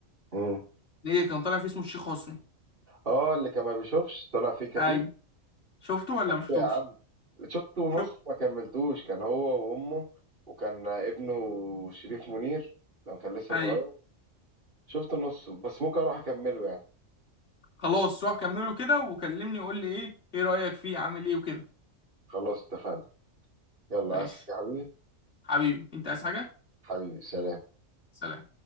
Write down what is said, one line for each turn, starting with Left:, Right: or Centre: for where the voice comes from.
Right: مم.
Left: ليه كان طالع فيه اسمه الشيخ حسني
Right: اه اللي كان ما بيشوفش طلع فيه كفيف
Left: ايوه شفته ولا ما شفتوش
Right: يا عم شفته ونص
Left: شو
Right: ما كملتوش كان هو وامه وكان ابنه شريف منير لما كان لسه
Left: ايوه
Right: صغير شفت نصه بس ممكن اروح اكمله يعني
Left: خلاص
Right: قشطة
Left: روح كمله كده وكلمني قول لي ايه ايه رأيك فيه عامل ايه وكده
Right: خلاص اتفقنا يلا
Left: ماشي
Right: عايز حاجة يا حبيبي
Left: حبيبي انت عايز حاجة
Right: حبيبي سلام
Left: سلام